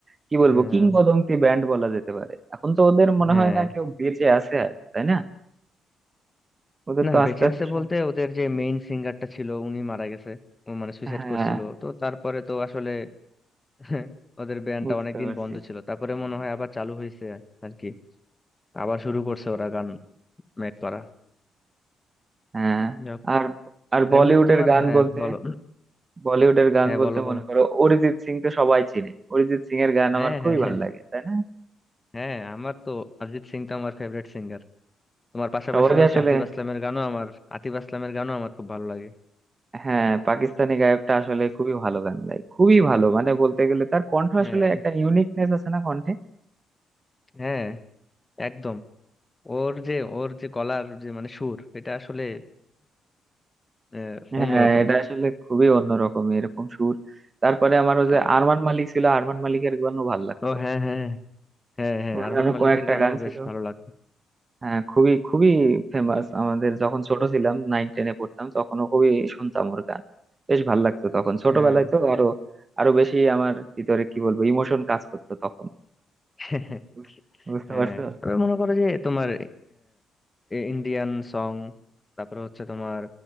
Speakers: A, on the right (about 30°); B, on the left (about 20°).
A: কি বলবো
B: হ্যাঁ
A: কিংবদন্তি ব্যান্ড বলা যেতে পারে এখন তো ওদের মনে
B: হ্যাঁ
A: হয় না কেউ বেঁচে আছে আর তাই না ওদের
B: না
A: তো আস্তে
B: বেঁচে
A: আস্তে
B: আছে
A: সব
B: বলতে ওদের যে মেইন সিঙ্গারটা ছিল উনি মারা গেছে ও মানে সুইসাইড
A: হ্যাঁ
B: করছিল তো তারপরে তো আসলে <laughs> ওদের ব্যান্ডটা
A: বুঝতে
B: অনেকদিন
A: পারছি
B: বন্ধ ছিল তারপরে মনে হয় আবার চালু হয়েছে আর কি আবার শুরু করছে ওরা গান মেক করা
A: হ্যাঁ
B: যাক।
A: আর আর
B: আর
A: বলিউডের
B: এমনিতে তোমার
A: গান
B: হ্যাঁ
A: বলতে
B: বলো
A: বলিউডের গান
B: হ্যাঁ
A: বলতে
B: বলো বলো
A: মনে করো অরিজিৎ সিং তো সবাই চিনে অরিজিৎ সিং এর গান
B: হ্যাঁ
A: আমার খুবই
B: হ্যাঁ
A: ভালো
B: হ্যাঁ
A: লাগে তাই না
B: হ্যাঁ আমার তো অরিজিৎ সিং তো আমার ফেভারিট সিঙ্গার তোমার পাশাপাশি
A: সবারই
B: হচ্ছে
A: আসলে
B: আতিফ আসলামের গানও আমার আতিফ আসলামের গানও আমার খুব ভালো লাগে
A: হ্যাঁ পাকিস্তানি গায়কটা আসলে খুবই ভালো গান গায় খুবই ভালো মানে বলতে গেলে তার কণ্ঠ
B: হ্যাঁ
A: আসলে একটা ইউনিকনেস আছে না কণ্ঠে
B: হ্যাঁ একদম ওর যে ওর যে গলার যে মানে সুর এটা আসলে আহ, অন্যরকম
A: হ্যাঁ এটা আসলে খুবই অন্যরকম এরকম সুর তারপরে আমার ওই
B: আহ,
A: যে আরমান মালিক ছিল আরমান মালিকের গানও ভাল লাগতো
B: ও হ্যাঁ হ্যাঁ হ্যাঁ হ্যাঁ
A: ওর
B: আরমান
A: গানও
B: মালিকের
A: কয়েকটা
B: গানও
A: গান ছিল
B: বেশ ভালো লাগতো
A: হ্যাঁ খুবই খুবই ফেমাস আমাদের যখন ছোট ছিলাম নাইন টেনে পড়তাম তখনও খুবই শুনতাম ওর গান বেশ ভাল লাগতো তখন ছোটবেলায়
B: হ্যাঁ
A: তো আরো আরো বেশি আমার ভিতরে কি বলবো ইমোশন কাজ করতো তখন
B: <laughs>
A: বুঝ- বুঝতে
B: হ্যাঁ
A: পারছো
B: তবে মনে করো যে তোমার ইন্ডিয়ান সং তারপর হচ্ছে তোমার